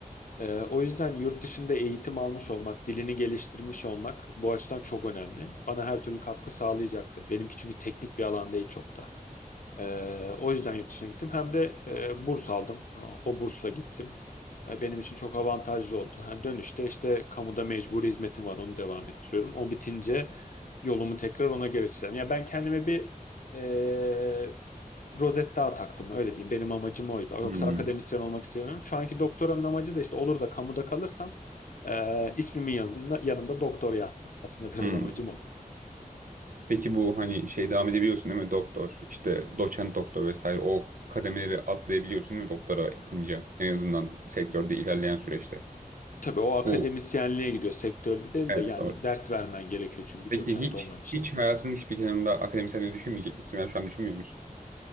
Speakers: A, on the left (about 65°); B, on the right (about 65°).
A: Ee, o yüzden yurt dışında eğitim almış olmak, dilini geliştirmiş olmak bu açıdan çok önemli. Bana her türlü katkı sağlayacaktı. Benimki çünkü teknik bir alan değil çok da. Ee, o yüzden yurt dışına gittim. Hem de e, burs aldım. O bursla gittim. E, benim için çok avantajlı oldu. Ha, dönüşte işte kamuda mecburi hizmetim var. Onu devam ettiriyorum. O bitince yolumu tekrar ona geliştireceğim. Ya ben kendime bir e, rozet daha taktım öyle diyeyim. Benim amacım oydu. Yoksa
B: Hmm.
A: akademisyen olmak istemiyorum. Şu anki doktoranın amacı da işte olur da kamuda kalırsam e, ismimin yanında, yanında doktor yazsın. Aslında <laughs> biraz
B: Hmm.
A: amacım o.
B: Peki bu hani şey devam edebiliyorsun değil mi? Doktor, işte doçent doktor vesaire o kademeleri atlayabiliyorsun değil mi doktora yapınca? En azından sektörde ilerleyen süreçte.
A: Tabii o akademisyenliğe
B: Bu
A: gidiyor sektörde değil
B: evet
A: de yani
B: doğru.
A: ders vermen gerekiyor çünkü
B: Peki
A: doçent
B: hiç
A: olman için.
B: hiç hayatının hiçbir kenarında akademisyenliği düşünmeyecek misin? Yani şu an düşünmüyor musun?